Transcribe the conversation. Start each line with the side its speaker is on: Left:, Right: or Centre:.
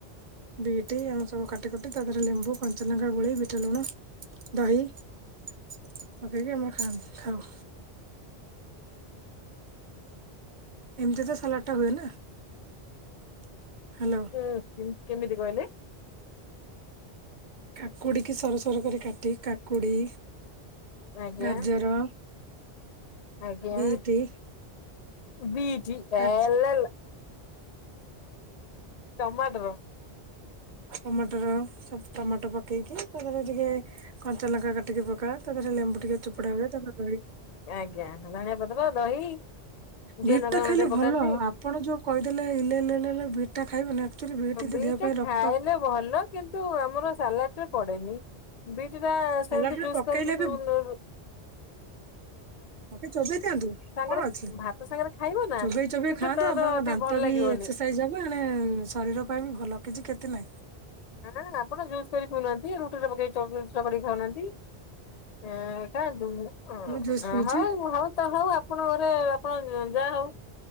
Right: ବୀଟି ଆମେ ସବୁ କାଟାକଟିି ତାଦେହରେ ଲେମ୍ବୁ କଞ୍ଚାଲଙ୍କା ଗୋଳେଇ ବିଟ ଲୁଣ ଦହି ପକେଇକି ଆମର ଖାଆନ୍ତି ଖାଉ। ଏମତି ତ ସାଲାଟ ଟା ହୁଏନା ହ୍ୟାଲୋ।
Left: ହୁ କେମିତି କହିଲେ?
Right: କାକୁଡି କି ସରୁ ସରୁ କରି କାଟି କାକୁଡି
Left: ଆଜ୍ଞା
Right: ଗାଜର
Left: ଆଜ୍ଞା
Right: ବିଟି
Left: ବିଚ୍
Right: କା
Left: ଆଲାଲା। ଟମାଟର।
Right: ଟମାଟୋର ସବ ଟମାଟୋ ପକେଇକି ତାପରେ ଟିକେ କଞ୍ଚା ଲଙ୍କା କାଟିକି ପକା ତା ପରେ ଲେମ୍ବୁ ଟିକେ ଚୋପଡ଼ା ହୁଏ ତା କ
Left: ଆଜ୍ଞା ଧନିଆ ପତ୍ର ଦହି ଯିଏ
Right: ଭିଟ
Left: ଲଙ୍କା
Right: ଟା
Left: ଗୁଣ୍ଡ
Right: ଖାଇଲେ
Left: ଟିକେ
Right: ଭଲ
Left: ପକାନ୍ତି।
Right: ଆପଣ ଯୋଉ କହିଦେଲେ ଇଲେଲେ ଭିଟ ଟା ଖାଇବେ ନା। ଆଚୁଆଲି ଭ
Left: ବିଟା
Right: ଦେହ ପାଇଁ ରକ୍ତ
Left: ଖାଇଲେ ଭଲ କିନ୍ତୁ ଆମର ସାଲାଡରେ ପଡେନି। ବିଟିଟା
Right: ସାଲାଡରେ
Left: ସେମିତ୍ ଜ୍ୟୁସ୍
Right: ପକେଇଲେ
Left: କରକି ପିଉନର୍।
Right: ମତେ ଚୋବେଇ ଦିଅନ୍ତୁ
Left: ସାଙ୍ଗରେ
Right: କଣ ଅଛି
Left: ଭାତ ସାଙ୍ଗରେ ଖାଇବ ନା
Right: ଚୋବେଇ ଚୋବେଇ
Left: କିନ୍ତୁ
Right: ଖାଆନ୍ତୁ
Left: ତାର
Right: ଆପଣଙ୍କ
Left: ଟିକେ
Right: ଦାନ୍ତ
Left: ଭଲ ଲାଗିବନି।
Right: ବି ଏକ୍ସସାଇଜ ହେବ ଏଣେ ଶରୀର ପାଇଁ ବି ଭଲ କିଛି କ୍ଷତି ନାହିଁ।
Left: ନାନା ନା ଆପଣ ଜୁସ୍ କରି ପିଉନାହାନ୍ତି ରୁଟିରେ ପକେଇ ଚକୋଡେଇକି ଛୁଆ କରି ଖାଉନାହାନ୍ତି। <unintelligible> ଆପଣ ଘରେ
Right: ମୁଁ ଜୁସ୍ ପିଉଛି
Left: ଆପଣ ଯାହା ହଉ।